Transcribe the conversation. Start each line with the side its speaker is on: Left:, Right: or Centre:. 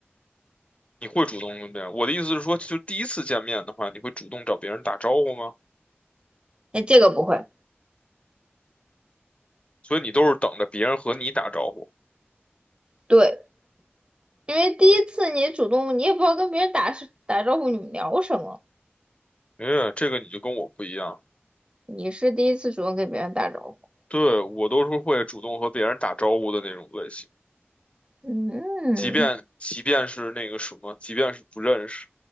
Left: 你会主动跟别人？我的意思是说，就第一次见面的话，你会主动找别人打招呼吗？
Right: 哎，这个不会。
Left: 所以你都是等着别人和你打招呼。
Right: 对，因为第一次你主动，你也不知道跟别人打是打招呼，你们聊什么，
Left: 哎，这个你就跟我不一样，
Right: 你是第一次主动跟别人打招呼。
Left: 对，我都是会主动和别人打招呼的那种类型。
Right: 嗯
Left: 即便即便是那个什么，即便是不认识，